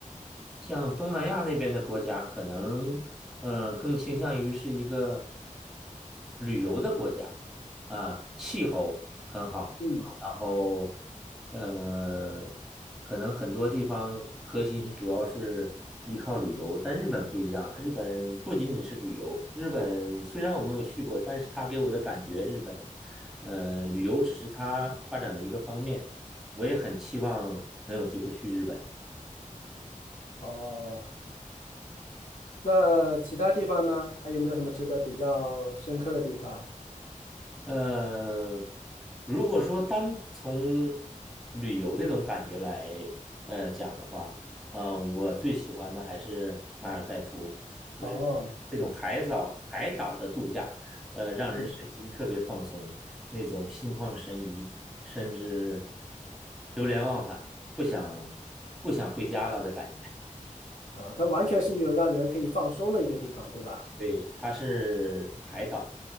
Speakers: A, in the centre; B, on the left (about 65°).
A: 像东南亚那边的国家，可能嗯、呃更倾向于是一个旅游的国家啊、气候很好，
B: 嗯，
A: 然后呃，可能很多地方核心是主要是依靠旅游，但日本不一样，日本不仅仅是旅游，日本虽然我没有去过，但是它给我的感觉，日本呃旅游只是它发展的一个方面，我也很期望能有机会去日本。
B: 哦，那其他地方呢？还有没有什么值得比较深刻的地方？
A: 呃，如果说单从旅游这种感觉来呃讲的话，呃，我最喜欢的还是马尔代夫，就是这种海藻海岛的度假，
B: 哦，
A: 呃，让人身心特别放松，
B: 嗯，
A: 那种心旷神怡，甚至流连忘返，不想不想回家了的感觉。
B: 啊，它完全是一种让人可以放松的一个地方，对吧？
A: 对，它是海岛，